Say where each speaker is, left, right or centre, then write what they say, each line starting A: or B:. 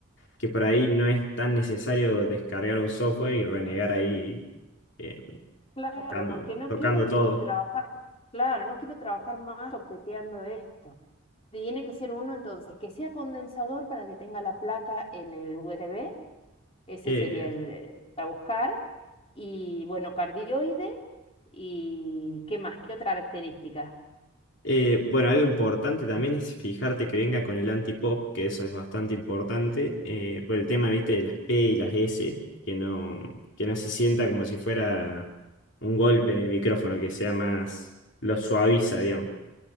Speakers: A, on the left (about 60°); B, on the left (about 30°).
A: que por ahí no es tan necesario descargar un software y renegar ahí eh,
B: Claro,
A: tocando,
B: porque no
A: tocando
B: quiero
A: todo.
B: trabajar, claro, no quiero trabajar más toqueteando esto. Tiene que ser uno entonces que sea condensador para que tenga la placa en el USB, ese
A: Eh,
B: sería el eh, para buscar, y bueno, cardioide, y ¿qué más? ¿Qué otra característica?
A: eh, bueno, algo importante también es fijarte que venga con el antipop, que eso es bastante importante, eh, por el tema, viste, de las P y las S, que no, que no se sienta como si fuera un golpe en el micrófono, que sea más, lo suaviza, digamos.